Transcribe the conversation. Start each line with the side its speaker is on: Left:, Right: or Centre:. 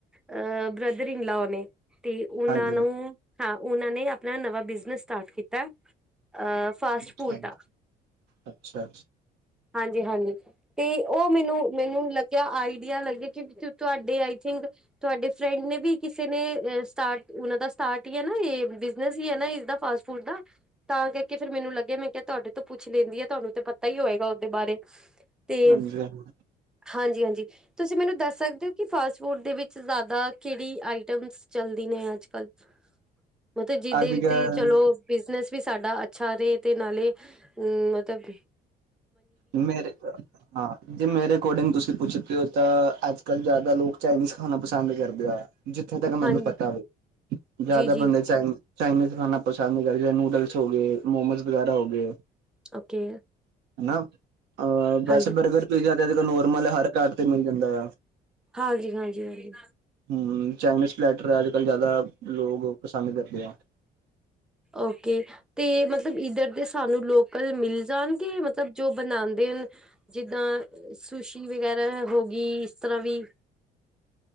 Centre: ਆ ਬ੍ਰਦਰ ਈਨ ਲਾਓ ਨੇ ਤੇ ਓਨਾਂ
Right: ਹਾਂਜੀ
Centre: ਨੂੰ, ਹਾਂ ਓਨਾਂ ਨੇ ਆਪਣਾ ਨਵਾਂ ਬਿਜਨਸ ਸਟਾਟ ਕੀਤਾ, ਆ ਫਾਸਟ
Right: ਅੱਛਾ
Centre: ਫੂਡ ਦਾ,
Right: ਅੱਛਾ
Centre: ਹਾਂਜੀ-ਹਾਂਜੀ ਤੇ ਓ ਮੈਨੂੰ ਮੈਨੂੰ ਲੱਗੇਆ ਆਈਡੀਆ ਲੱਗੇਆ ਕੇ ਕੀ ਤੁਹਾਡੇ ਆਈ ਥੀਂਕ ਤੁਆਡੇ ਫਰੈਂਡ ਨੇ ਵੀ ਕੀਸੇ ਨੇ ਸਟਾਟ ਓਨਾ ਦਾ ਸਟਾਟ ਈ ਐ ਨਾ ਏ ਬੀਜਨਸ ਈ ਐ ਨਾ ਏਸਦਾ ਫਾਸਟ ਫੂਡ ਦਾ ਤਾਂ ਕਰਕੇ ਫੇਰ ਮੇਨੂੰ ਲੱਗੇਆ ਮੈਂ ਕੇਆ ਤੁਆਡੇ ਤੋਂ ਪੁੱਛ ਲੈਂਦੀ ਆ ਤੁਆਨੂੰ ਤੇ ਪਤਾ ਹੀ ਹੋਏਗਾ ਓਦੇ ਬਾਰੇ ਤੇ,
Right: ਹਾਂਜੀ ਹਾਂਜੀ।
Centre: ਹਾਂਜੀ-ਹਾਂਜੀ ਤੁਸੀਂ ਮੈਨੂੰ ਦੱਸ ਸਕਦੇ ਓ ਕੀ ਫਾਸਟ ਫੂਡ ਦੇ ਵੀਚ ਯਾਦਾ ਕੇੜੀ ਆਈਟਮਸ ਚਲਦੀ ਨੇ ਅ ਜ ਕੱਲ ਮਤੇ ਜੀਦੇ
Right: ਅੱਜ
Centre: ਵੀ
Right: ਕੱਲ
Centre: ਤੇ ਚਲੋ ਬਿਜਨਸ ਵੀ ਸਾਡਾ ਅੱਛਾ ਰੇ ਤੇ ਨਾਲੇ, ਊ ਮਤਬ
Right: ਮੇਰੇ ਹਾਂ ਜੇ ਮੇਰੇ ਅਕੋਡੀਂਗ ਤੁਸੀਂ ਪੁੱਛ ਤੇ ਓ ਤਾਂ ਅੱਜ-ਕੱਲ ਜਾਦਾ ਲੋਕ ਚਾਈਨੀਜ਼ ਖਾਣਾ ਪਸੰਦ ਕਰਦੇ ਆ। ਜੀਥੇ ਤੱਕ
Centre: ਹਾਂਜੀ
Right: ਮੈਨੂੰ ਪਤਾ ਵੇ, ਜਾਦਾ
Centre: ਜੀ-ਜੀ
Right: ਬੰਦੇ ਚਾਈ ਚਾਈਨੀਜ਼ ਖਾਨਾ ਪਸੰਦ ਕਰ ਜੀ ਨੂਡਲਸ ਹੋ ਗੇ ਮੋਮੋਜ਼ ਵਗੈਰਾ ਹੋ ਗੇ।
Centre: ਓਕੇ
Right: ਹਨਾ ਅ ਵੈਸੇ
Centre: ਹਾਂਜੀ
Right: ਬਰਗਰ ਪੀਜ਼ਾ ਤੇ ਅੱਜ-ਕੱਲ ਨੋਰਮਲ ਹਰ ਘਰ ਤੇ ਮੇਲ ਜਾਂਦਾ ਆ।
Centre: ਹਾਂਜੀ-ਹਾਂਜੀ-ਹਾਂਜੀ।
Right: ਹੂੰ ਚਾਈਨੀਜ਼ ਪਲੈਟਰ ਅੱਜ-ਕੱਲ ਯਾਦਾ ਲੋਕ ਪਸੰਦ ਕਰਦੇ ਆ।
Centre: ਓਕੇ ਤੇ ਮਤਲਵ ਈਧਰ ਦੇ ਸਾਨੂੰ ਲੋ ਕਲ ਮੀਲ ਜਾਣਗੇ ਮਤਬ ਜੋ ਬਣਾਦੇ ਅਨ ਜੀਦਾਂ ਸੁਸ਼ੀ ਵਗੈਰਾ ਹੋ ਗੀ ਈਸ ਤਰ੍ਹਾਂ ਵੀ